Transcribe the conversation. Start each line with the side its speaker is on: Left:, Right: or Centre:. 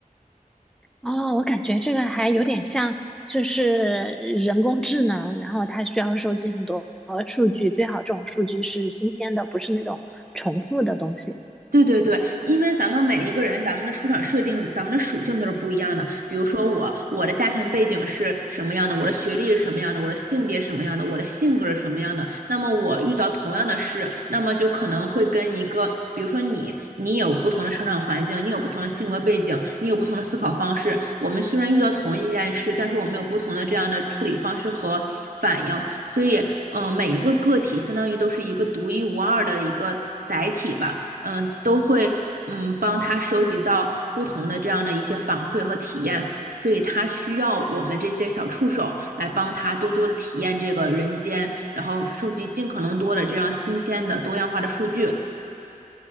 Centre: 哦，我感觉这个还有点像，就是人工智能，然后它需要收集很多数据，最好这种数据是新鲜的，不是那种重复的东西。
Right: 对对对，因为咱们每一个人，咱们的出场设定，咱们的属性都是不一样的。比如说我，我的家庭背景是什么样的，我的学历是什么样的，我的性别是什么样的，我的性格是什么样的。那么我遇到同样的事，那么就可能会跟一个，比如说你，你有不同的成长环境，你有不同的性格背景，你有不同的思考方式。我们虽然遇到同一件事，但是我们有不同的这样的处理方式和反应。所以，嗯、每一个个体相当于都是一个独一无二的一个载体吧。嗯，呃都会嗯帮他收集到不同的这样的一些反馈和体验，所以他需要我们这些小触手来帮他多多的体验这个人间，然后收集尽可能多的这样新鲜的多样化的数据，